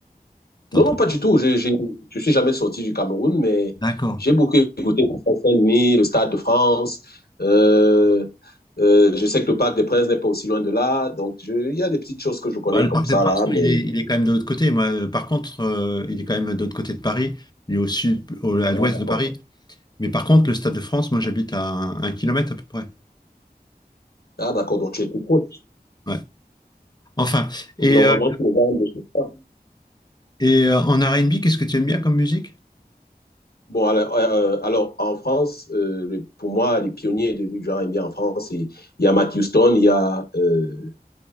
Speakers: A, on the left; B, on the left.
A: T'entends?
B: Non, non, pas du tout. Je, je, je suis jamais sorti du Cameroun, mais
A: D'accord.
B: j'ai beaucoup écouté le Stade Saint-Denis, le Stade de France. Euh, euh, je sais que le Parc des Princes n'est pas aussi loin de là. Donc, je- il y a des petites choses que je connais
A: Bah, le
B: comme
A: Parc
B: ça,
A: des Princes,
B: là,
A: non,
B: mais.
A: il est, il est quand même de l'autre côté. Moi, euh, par contre, euh, il est quand même de l'autre côté de Paris. Il est au sud, au- à l'ouest
B: Ah, d'accord.
A: de Paris. Mais par contre, le Stade de France, moi, j'habite à un, un kilomètre à peu près.
B: Ah, d'accord. Donc, tu es tout proche.
A: Ouais. Enfin, et,
B: Normalement,
A: euh,
B: tu es loin de chez toi.
A: et euh, en R&B, qu'est-ce que tu aimes bien comme musique?
B: Bon, alors, euh, euh, alors, en France, euh, le- pour moi, les pionniers de- du genre NBA en France, c'est- il y a Matt Houston, il y a euh,